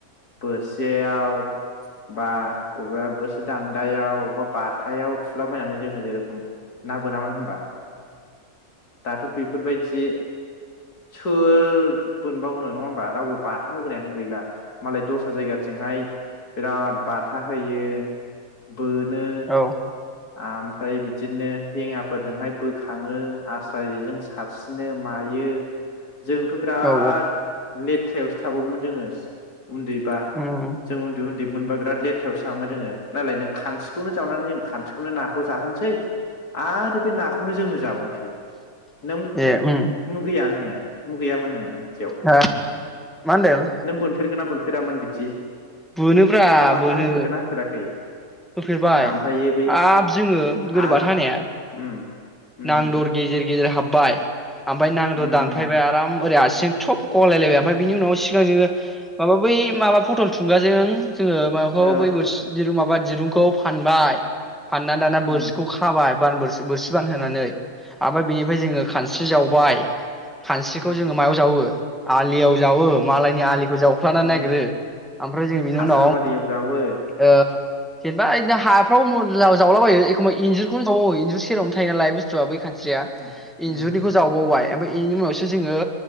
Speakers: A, on the left (about 85°); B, in the centre.
A: बोरसेयाव बा बबेबा बोसोर दान्दायाव बबेबा बथायाव थुलाबायनानै जोङो जेरेखम ना बोनामोन होनबा? दाथ' बेफोरबायदि सोर मोनोनबावनो नङा होमबा रावबो बाथा होग्रायानो गैला मालाय दस्रा जायगाथिंहाय बिराद बाथा होयो। बोनो
B: औ
A: ओमफ्राय बिदिनो हेङाफोरजोंहाय बोखाङो आस्रा जजों सारसिनो मायो जोंथ' बिराद
B: औ
A: लेथ्रायावसो थाबावगोमोन जोङो उन्दै बा
B: उम
A: जों उन्दै उन्दै बिदि मोनबा बिराद लेथ्रायावसो थङोङो नालाय नों खानस्रिखौनो जावनानै जों खथिनो नाखौ जोनोसै आरो बे नाख बेखौनो जोंनो जाबावनोसै नों
B: ए उम
A: मुगैया नोङो मुगैयामोन नोङोसेयाव
B: हा मा होनदों
A: नों बोनफेरगोना ब फैयामोन बिदि
B: बोनोब्रा
A: नों बाथा
B: बोनो
A: होफेरगोना होफेराखै
B: होफेरबाय
A: ओमफ्रायो बै
B: हाब जोङो गोदोबाथायाया
A: आल उम उम
B: नांदर गेजेर गेजेर हाब बाय ओमफाय नांद'
A: उम
B: दानफायबाय आराम ओरै सेंथब कलायबाय ओमफाय बिनि उनाव सिगां जोङो माबा बै माबा फटल थुंगाजों जोङो माबाखौ
A: औ
B: बै बोर जु माबाद दिरुंखौ फानबाय फानना दाना बोरसिखौ
A: उम
B: खाबाय बान बोर बोरसि बान होनानै ओमफाय बेनिफ्राय
A: उम
B: जोङो खानस्रि जाव बाय खानस्रिखौ
A: उम
B: जोङो मायाव जावो आलियाव जावो मालायनि आलि जावफ्लानानै नागिरो
A: उम
B: ओमफ्राय जों बिनि
A: हासार
B: उनाव ओ
A: बारियाव जावो
B: जेनबाओदिनो हाफ्राव मला जावलाबायो एखमबा इन्जुरखौ जावो इन्जुर सेरावनो थायो नालाय बुसटुआ बै खान स्रिया
A: उम
B: इन्जुरनिखौ
A: उम
B: जावबावबाय ओमफ्राय बेनि उनावसो जोङो